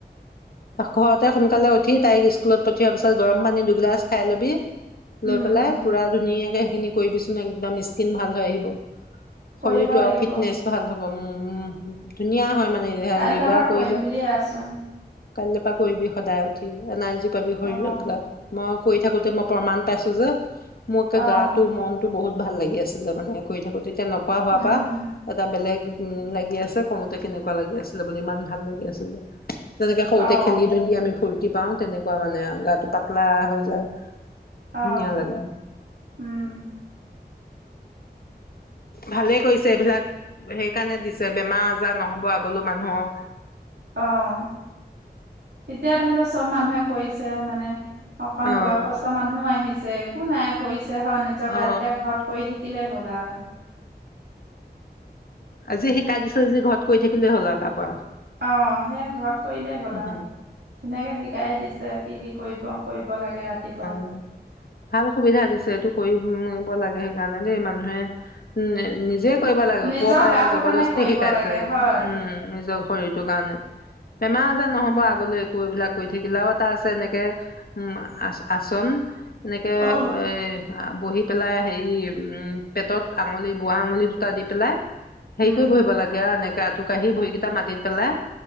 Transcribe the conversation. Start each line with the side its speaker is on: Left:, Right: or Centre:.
Left: ঘৰতে সোনকালে উঠি তাইক স্কুলত পঠিৱা পিছত গৰম পানী দুগিলাছ খাই লবি।।
Right: উম
Left: লৈ পেলাই পুৰা ধুনীয়াকে সেইখিনি কৰিবিচোন একদম, স্কিন ভাল হৈ আহিব।
Right: কৰিব
Left: শৰীৰটো
Right: লাগিব
Left: আৰু ফিটনেছ ভাল হ'ব, উম ধুনীয়া হয় মানে
Right: কাইলৈৰ
Left: য়োগা
Right: পৰা
Left: কৰিলে
Right: কৰিম বুলিয়ে আছো।
Left: কাইলৈ পৰা কৰিবি সদায় উঠি, এনাৰজী পাবি শৰীৰত
Right: অ',
Left: গাত, ম কৰি থাকোতে মই প্ৰমাণ পাইছো যে। মোক এ
Right: অ',
Left: গাটো মনটো বহুত ভাল লাগি আছিলে মানে কৰি থাকোতে এতিয়া নকৰা হোৱাৰ
Right: উম।
Left: পৰা এটা বেলেগ উম লাগি আছে কওঁতে কেনেকোৱা লাগি আছিলে বুলি, ইমান ভাল লাগি আছিল <unintelligible> যেনেকে সৰুতে
Right: অ',
Left: খেলি ধুলি আমি ফুৰ্তি ৰতি পাওঁ, তেনেকুৱা মানে, গাটো পাতলা হৈ যায়।
Right: অঁ,
Left: ধুনীয়া লাগে
Right: উম্।
Left: ভালেই কৰিছে এইবিলাক সেইকাৰণে দিছে বেমাৰ আজাৰ ন'হব আগলৈ মানুহ।
Right: অঁ এতিয়া ধৰি লওক চব মানুহে কৰিছে। তে মানে অকণ
Left: অ
Right: বয়সস্থ মানুহও আহিছে। একো নাই কৈ ছে হয়, নিজৰ গাত
Left: অ
Right: এতিয়া ঘৰত কৰি থাকিলেই হ'ল আৰু।
Left: আজি শিকাই দিছো যে ঘৰত কৈ থাকিলে হ'ল আৰু তাৰ পৰা।
Right: অ' সেয়া ঘৰত কৰিলেই হ'লা
Left: সেইখিনি
Right: ধুনীয়াকে শিকাই দিছে কি কি কৰিব কৰিব দিব লাগে ৰাতিপুৱা।
Left: অ ভাল সুবিধা দিছে এইটো কৰিব লাগে সেইকাৰণে দেই মানুহে উ নিজে। কৰিব লাগে
Right: নিজৰ
Left: ওপৰ পায়
Right: গাটোৰ
Left: জবৰদস্তি
Right: কাৰণে কৰিব
Left: শিকাইছে,
Right: লাগে হয়
Left: উম নিজৰ শৰীৰটোৰ কাৰণে। বেমাৰ -আজাৰ ন'হব
Right: উম
Left: আগলৈ একো এইবিলাক। কৰি থাকিলাও এটা আছে এনেকে উম। আ আচোন এনেকে
Right: আহ
Left: এই আ বহি পেলে হেই উম পেটত আঙুলি বোৱা আঙুলি দুটা দি পেলে। হেৰি
Right: উম
Left: কৰি বহিব লাগে আও এনেকে আঠু কাঢ়ি ভৰিকেইটা মাটিত পেলাই